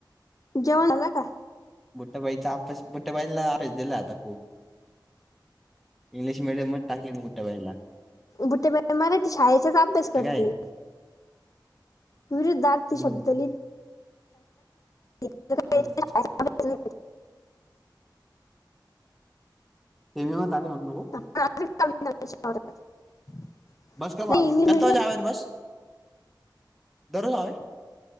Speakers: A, on the left; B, in the centre.
A: जेवण झाला का?
B: बुट्टबाईचा आपेस, बुट्टबाईला आपेस दिला आता खूप. इंग्लिश मेडियम म टाकली न बुटयाबाईला.
A: गुटेबाई, मराठी शाळेचाच अभ्यास करती.
B: तर काय
A: विरुद्धार्थ
B: हम्म
A: शब्द लिही <unintelligible>
B: हम्म.
A: <unintelligible>
B: <unintelligible>
A: <unintelligible>
B: बस कब
A: नाही
B: आवे.
A: इंग्लिश
B: कतावा
A: मीडियम
B: जावेर बस. दररोज आवे.